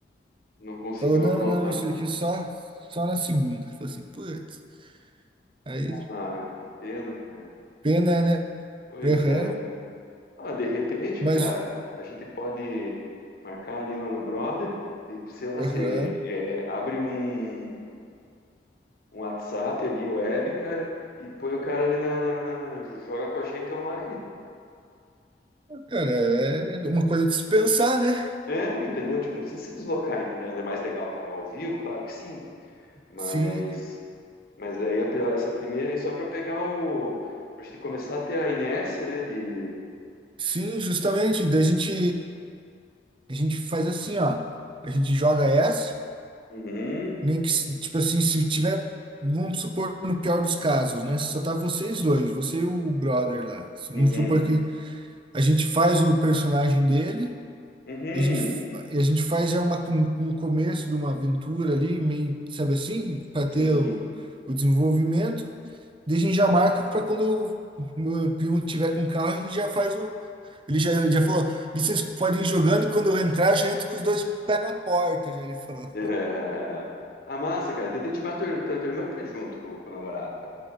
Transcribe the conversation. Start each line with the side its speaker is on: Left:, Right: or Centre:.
Left: não conseguiu
Right: falou, não,
Left: aprontar.
Right: não, isso aqui só, só na segunda. Falei assim, putz, aí
Left: Ah, que pena, cara.
Right: pena, né?
Left: Pois
Right: Aham,
Left: é, cara. Ah, de repente,
Right: mas,
Left: cara, a gente pode marcar ali lá no brother, de, sei lá,
Right: aham,
Left: você é, abre um, um WhatsApp ali, web, cara, e põe o cara ali na, na- na- joga com a gente online.
Right: cara, é uma coisa de se pensar, né?
Left: É, entendeu? Tipo, não precisa se deslocar, entendeu? É mais legal tá ao vivo, claro que sim, mas.
Right: Sim,
Left: Mas aí a pri- essa primeira aí só para pegar o. Pra gente começar a ter a inércia, né? De.
Right: sim, justamente. Daí a gente, a gente faz assim, ó, a gente joga essa.
Left: Uhum,
Right: Nem que, se- tipo assim, se tiver, vamos supor, no pior dos casos, né? Só tá vocês dois, você e o brother lá. Vamos
Left: uhum,
Right: supor que a gente faz o personagem dele,
Left: uhum.
Right: e a gente, fa- e a gente faz já uma, com- um começo de uma aventura ali, meio, sabe assim, para
Left: Sim,
Right: ter
Left: sim.
Right: o,
Left: <laughs>
Right: o desenvolvimento. Daí a gente já marca para quando o meu primo tiver com o carro, a gente já faz o. Ele já, ele já falou: vocês podem ir jogando, e quando eu entrar, já entro com os dois pés na porta, já ele falou.
Left: É. Ah, massa, cara. Tenta intimar tua, tua, tua irmã pra ir junto com, com o namorado, cara.